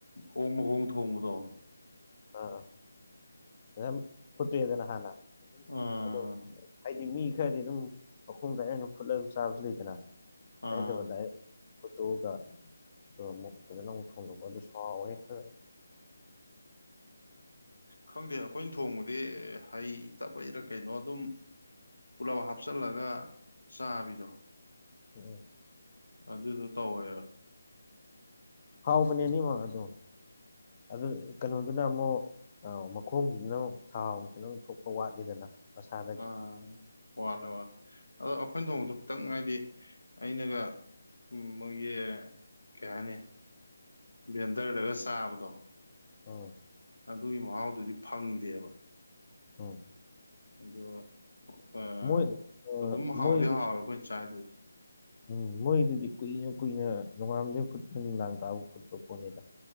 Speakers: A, on the left (about 75°); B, on the left (about 30°).
A: ꯑꯣꯡ ꯃꯈꯣꯡ ꯊꯣꯡꯕꯗꯣ
B: ꯑꯥ ꯐꯖꯥꯅ ꯐꯨꯠꯇꯣꯛꯑꯦꯗꯅ ꯍꯥꯟꯅ
A: ꯑꯥ
B: ꯑꯗꯨ ꯍꯥꯏꯗꯤ ꯃꯤ ꯈꯔꯗꯤ ꯑꯗꯨꯝ ꯃꯈꯣꯡ ꯗꯥꯔꯦꯛ ꯑꯣꯏꯅ ꯐꯨꯠꯂꯒ ꯑꯗꯨꯝ ꯆꯥꯕꯁꯨ ꯂꯩꯗꯅ ꯑꯗꯨꯃꯥꯏꯅ
A: ꯑꯥ
B: ꯇꯧꯕ ꯗꯥꯏꯔꯦꯛ ꯐꯣꯇꯣꯛꯑꯒ ꯑꯗꯨꯒ ꯑꯃꯨꯛ ꯐꯖꯅ ꯑꯃꯨꯛ ꯊꯣꯡꯗꯣꯛꯄ ꯑꯗꯨꯁꯨ ꯍꯥꯎꯋꯦ ꯐꯖꯅ
A: ꯈꯪꯗꯦ ꯑꯩꯈꯣꯏꯅ ꯊꯣꯡꯕꯗꯤ ꯍꯩ ꯇꯕꯩꯔ ꯀꯩꯅꯣ ꯑꯗꯨꯝ ꯄꯨꯂꯞ ꯍꯥꯞꯆꯤꯜꯂꯒ ꯆꯥꯕꯤꯗꯣ
B: ꯎꯝ
A: ꯑꯗꯨꯗꯣ ꯇꯧꯋꯦꯕ
B: ꯍꯥꯎꯕꯅꯦꯅꯤꯃꯛ ꯑꯗꯣ ꯑꯗꯨ ꯀꯩꯅꯣꯗꯨꯅ ꯑꯃꯨꯛ ꯑꯧ ꯃꯈꯣꯡꯁꯤꯅ ꯑꯃꯨꯛ ꯊꯥꯎ ꯈꯤꯇꯪ ꯊꯣꯛꯄ ꯋꯥꯠꯂꯤꯗꯅ ꯃꯁꯥꯗꯒꯤ
A: ꯑꯥ ꯋꯥꯠꯂꯦ ꯋꯥꯠꯂꯦ ꯑꯗꯣ ꯑꯩꯈꯣꯏꯅ ꯊꯣꯡꯕꯗꯣ ꯈꯤꯇꯪ ꯍꯥꯏꯗꯤ ꯑꯩꯅꯒ ꯎꯝ ꯃꯣꯏꯒꯤ ꯀꯩ ꯍꯥꯏꯅꯤ ꯚꯦꯟꯗꯔꯗꯒ ꯆꯥꯕꯗꯣ
B: ꯑꯣꯝ
A: ꯑꯗꯨꯒꯤ ꯃꯍꯥꯎꯗꯨꯗꯤ ꯐꯪꯗꯦꯕ
B: ꯑꯣ
A: ꯑꯗꯣ ꯑ
B: ꯃꯣꯏ ꯑꯥ
A: ꯑꯗꯨꯝ ꯍꯥꯎꯗꯤ
B: ꯃꯣꯏꯗꯤ
A: ꯍꯥꯎꯋꯦ ꯑꯩꯈꯣꯏꯅ ꯆꯥꯏꯗꯨꯗꯤ
B: ꯎꯝ ꯃꯣꯏꯗꯨꯗꯤ ꯀꯨꯏꯅ ꯀꯨꯏꯅ ꯅꯨꯉꯥꯟꯕꯗꯒꯤ ꯐꯨꯠꯄ ꯅꯨꯡꯗꯥꯡ ꯇꯥꯕ ꯐꯨꯠꯄ ꯄꯣꯠꯅꯤꯗ